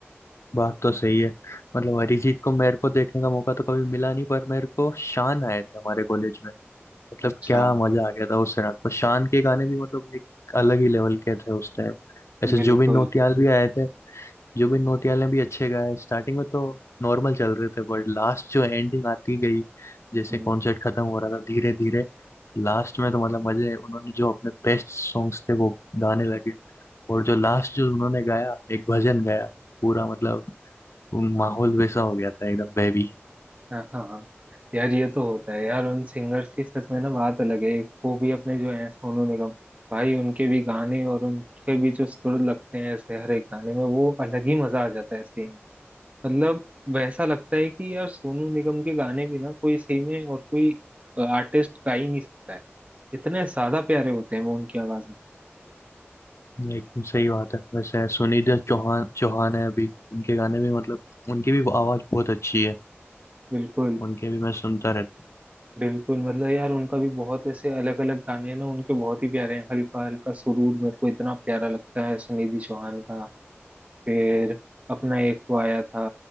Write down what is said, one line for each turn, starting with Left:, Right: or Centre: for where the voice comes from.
Left: बात तो सही है मतलब अरिजीत को मेरे को देखने का मौका तो कभी मिला नहीं पर मेरे को शान आए थे हमारे कॉलेज में मतलब
Right: अच्छा
Left: क्या मजा आ गया था उस रात को शान के गाने भी मतलब एक अलग ही लेवल के थे उस टाइम ऐसे
Right: बिल्कुल
Left: जुबिन नौटियाल भी आए थे जुबिन नौटियाल ने भी अच्छे गाए स्टार्टिंग में तो नॉर्मल चल रहे थे बट लास्ट जो एंडिंग आती गई जैसे
Right: हम्म।
Left: कॉन्सर्ट खत्म हो रहा था धीरे धीरे लास्ट में तो मतलब मजे उन्होंने जो अपने बेस्ट सॉन्ग्स थे वो गाने लगे और जो लास्ट जो उन्होंने गाया एक भजन गाया पूरा मतलब वो माहौल वैसा हो गया था एकदम बेबी
Right: हाँ हाँ हाँ। यार ये तो होता है यार उन सिंगर्स की सच में ना बात अलग है एक वो भी अपने जो हैं सोनू निगम भाई उनके भी गाने और उनके भी जो सुर लगते हैं ऐसे हर एक गाने में वो अलग ही मजा आ जाता है ऐसे ही। मतलब वैसा लगता है कि यार सोनू निगम के गाने भी ना कोई सही में और कोई आर्टिस्ट गा ही नहीं सकता है इतने ज्यादा प्यारे होते हैं वो उनकी आवाज में
Left: एकदम सही बात है वैसे सुनिधि चौहान चौहान है अभी उनके गाने भी मतलब उनकी भी आवाज बहुत अच्छी है
Right: बिल्कुल
Left: उनके भी मैं सुनता रहता
Right: बिल्कुल मतलब यार उनका भी बहुत ऐसे अलग अलग गाने हैं ना उनके बहुत ही प्यारे हैं हल्का हल्का सुरूर मेरे को इतना प्यारा लगता है सुनिधि चौहान का फिर अपना एक वो आया था